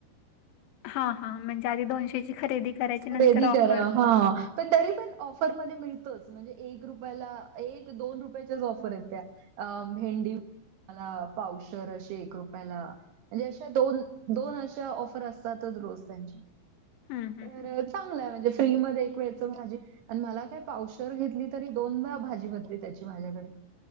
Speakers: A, on the left; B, on the right.
A: हा हां म्हणजे आधी दोनशेची खरेदी करायची
B: खरेदी
A: नंतर ऑफर.
B: करा हा. पण तरी पण ऑफरमध्ये मिळतोच म्हणजे एक रुपयाला एक, दोन रुपयाच्याच ऑफर आहेत त्या. अ भेहेंडी <inaudible> ला पावसर अशी एक रुपयाला. म्हणजे अशा दोन, दोन अशा ऑफर असत्यातच रोज त्यांची‌.
A: हं, हं,
B: तर
A: हं.
B: चांगलं आहे म्हणजे फ्री मध्ये एक वेळच भाजी आणि मला काय पावशर घेतली तरी दोनदा भाजी बनली त्याची माझ्याकडे